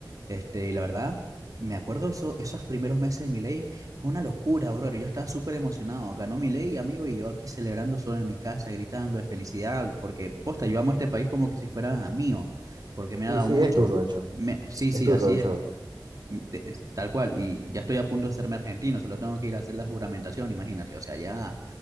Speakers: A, on the right; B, on the right.
A: este, y la verdad, me acuerdo eso- esos primeros meses de Milei, fue una locura, brother yo estaba súper emocionado, ganó Milei, amigo, y yo aquí celebrando solo en mi casa, gritando de felicidad, porque, posta, yo amo este país como que si fuera mío, porque me
B: Sí,
A: ha dado
B: sí,
A: mucho,
B: es tuyo, de hecho.
A: Me- sí,
B: Es
A: sí,
B: tuyo,
A: así
B: de hecho.
A: es, Mm, de- es tal cual, y ya estoy a punto de hacerme argentino, solo tengo que ir a hacer la juramentación, imagínate, o sea, ya,